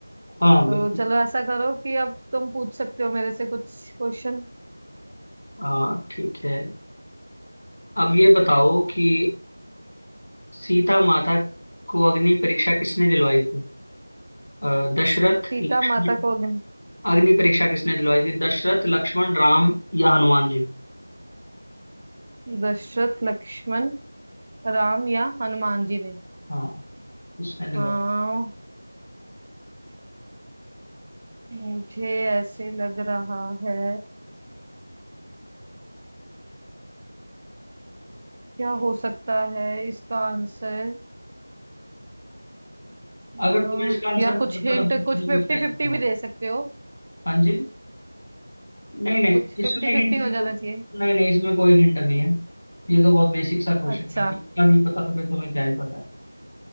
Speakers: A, on the left; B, on the right.
A: हाँ
B: तो
A: बिल्कुल
B: चलो ऐसा करो कि अब तुम पूछ सकते हो मेरे से कुछ क्वेश्चन
A: हाँ ठीक है अब ये बताओ कि सीता माता को अग्नि परीक्षा किसने दिलवाई थी अ, दशरथ
B: सीता
A: लक्ष्मण
B: माता को अग्नि
A: अग्नि परीक्षा किसने दिलवाई थी दशरथ लक्ष्मण राम या हनुमान जी
B: दशरथ लक्ष्मण राम या हनुमान जी ने
A: हाँ किसने दिलवाई
B: आ, मुझे ऐसे लग रहा है क्या हो सकता है इसका आंसर
A: अगर
B: आ,
A: तुम्हें इसका आंसर
B: यार
A: नहीं
B: कुछ
A: पता
B: हिंट
A: तो मुझे
B: कुछ
A: भी
B: फिफ्टी
A: बताइए
B: फिफ्टी
A: बताओ।
B: भी दे सकते हो
A: हाँ जी नहीं नहीं
B: कुछ
A: इसमें
B: फिफ्टी
A: हिंट
B: फिफ्टी
A: की
B: हो
A: कोई
B: जाना चाहिए
A: नहीं नहीं इसमें कोई हिंट नहीं है ये तो बहुत बेसिक सा क्वेश्चन
B: अच्छा
A: है क्या नहीं पता तो फिर तुम्हें क्या ही पता है